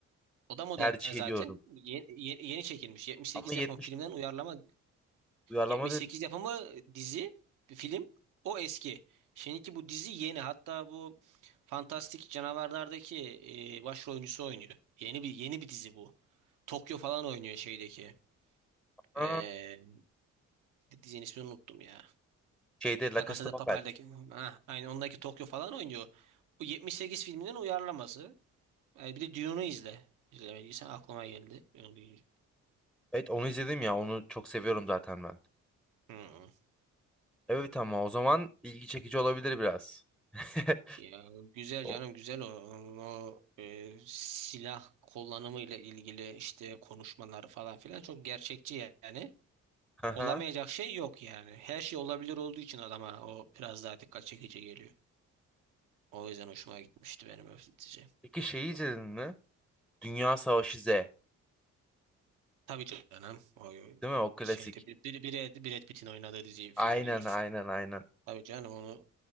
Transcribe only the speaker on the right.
O da modern
zaten.
Ye- ye- Yeni, çekilmiş. 78
yapımı filmden uyarlama.
78
yapımı dizi, bir film. O eski. Şimdiki bu dizi yeni. Hatta bu Fantastik Canavarlar'daki e, başrol oyuncusu oynuyor. Yeni bir yeni bir dizi bu. Tokyo falan oynuyor şeydeki.
E, dizinin ismini unuttum ya.
La
Casa
de
Papel'deki. Ha, aynı ondaki Tokyo falan oynuyor. Bu 78 filminin uyarlaması. Yani bir de Dune'u izle. İzlemediysen aklıma geldi. Onu deyince.
Hı.
Ya güzel
canım güzel o. o e, silah kullanımı ile ilgili işte konuşmaları falan filan çok gerçekçi yani.
Olamayacak şey yok yani. Her şey olabilir olduğu için adama o biraz daha dikkat çekici geliyor. O yüzden hoşuma gitmişti benim öfletici.
Tabii canım. O
şeyde bir, bir, bir Brad, Brad Pitt'in oynadığı dizi filmi
diyorsun.
Tabii canım onu